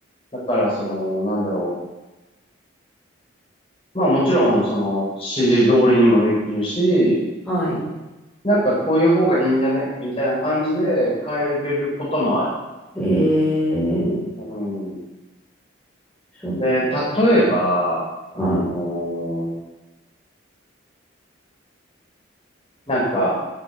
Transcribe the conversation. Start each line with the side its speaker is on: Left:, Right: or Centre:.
Left: だからその、なんだろう。まあもちろん、その、指示通りにもできるし、
Centre: はい。
Left: なんかこういう方がいいんじゃねみたいな感じで変えれることもある。
Centre: へえ、
Left: うん。
Centre: そっ
Left: で、例えば、あのー
Centre: か。
Left: なんか、